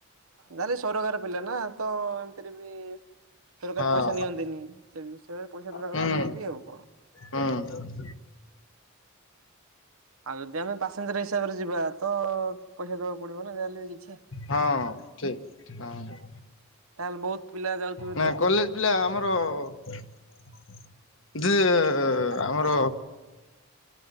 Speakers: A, on the right; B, on the left.
A: ଯାହେଲେ ସରକାର ପିଲା ନା ତ ଏମିତିରେ ବି ସରକାର
B: ହଁ
A: ପଇସା ନିଅ ନ୍ତିନି। ସେମାନେ ପଇସା ଦେବା
B: ହୁଁ
A: କଥା ନୁହଁ ବି ଆଉ କଣ।
B: ହୁଁ।
A: ଆଉ ଯଦି ଆମେ ପାସେଞ୍ଜର ହିସାବରେ ଯିବା ତ, ପଇସା ଦବାକୁ ପଡିବ ନା ଯାହାହେଲେ କିଛି।
B: ହଁ ଠିକ୍ ହଁ।
A: ତାହେଲେ ବହୁତ୍ ପିଲା ଯାଉଥିବେ
B: ନା
A: ତ?
B: କଲେଜ ପିଲା ଆମର <unintelligible> ଆମର